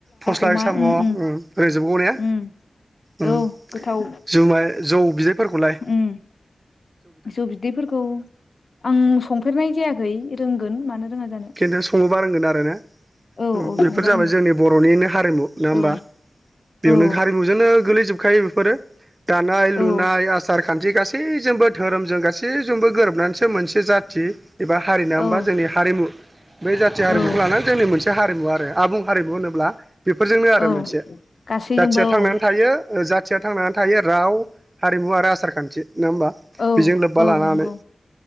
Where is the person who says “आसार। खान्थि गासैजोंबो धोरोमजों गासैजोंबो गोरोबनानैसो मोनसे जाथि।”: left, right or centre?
Right